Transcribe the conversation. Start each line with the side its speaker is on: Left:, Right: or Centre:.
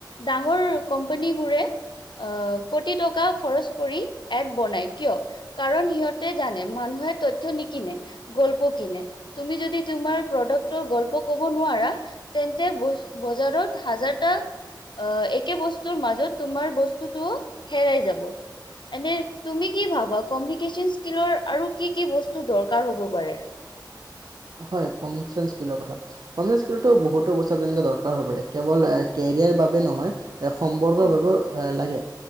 Left: ডাঙৰ কোম্পানী বোৰে, আহ কোটি টকা খৰচ কৰি এড বনাই কিয়? কাৰণ সিহঁতে জানে, মানুহে তথ্য নিকিনে। গল্প কিনে। তুমি তোমাৰ প্ৰডাক্টৰ গল্প ক'ব নোৱাৰা তেন্তে বজাৰত হাজাৰটা অহ একে বস্তুৰ মাজত তোমাৰ বস্তুটো হেৰাই যাব। এনেই তুমি কি ভাবা কমিউনিকেশ্যন স্কিলৰ আৰু কি কি বস্তু দৰকাৰ হ'ব পাৰে?
Right: হয় কম চেঞ্চ কিলৰ কথা।। কমিউনিকেশ্যন স্কিলৰ বহুতো বস্ত তেনেকে দৰকাৰ হৈ পৰে। কেৱল কেৰিয়াৰ বাবে নহয়। এ সম্পৰ্কৰ
Left: উম
Right: বাবেও এ লাগে,